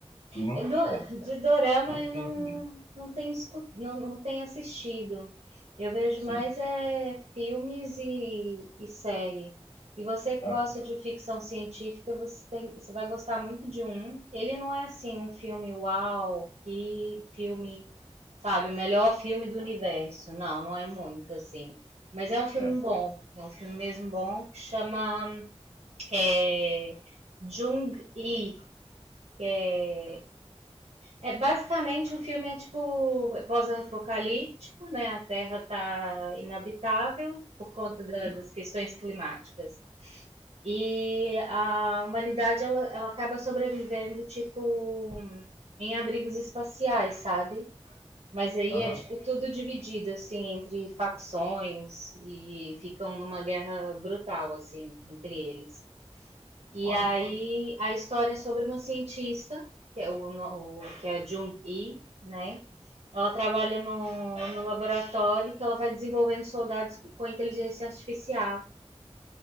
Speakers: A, on the left; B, on the right.
A: e não,
B: É do-
A: é,
B: De dorama
A: não
B: eu não,
A: teve, né?
B: não tenho escu- não, não tenho assistido. Eu vejo
A: Sim,
B: mais é filmes e, e série. E você que
A: aham,
B: gosta de ficção científica, você tem, você vai gostar muito de um. Ele não é assim um filme uau, que filme, sabe, o melhor filme do universo. Não, não é muito assim. Mas é um
A: certo,
B: filme bom, é um filme mesmo bom que chama é, Jung-Hee, que é é, basicamente, o filme é tipo é pós-apocalíptico, né? A Terra tá inabitável por conta da-
A: sim,
B: das questões climáticas. E a humanidade, ela, ela acaba sobrevivendo, tipo, em abrigos espaciais, sabe? Mas aí
A: aham,
B: é, tipo, tudo dividido, assim, entre facções e ficam numa guerra brutal, assim, entre eles. E
A: olha
B: aí
A: só.
B: a história é sobre uma cientista, que é, o, no- o- que é a Jung-hee, né? Ela trabalha no, no laboratório que ela vai desenvolvendo soldados com inteligência artificial,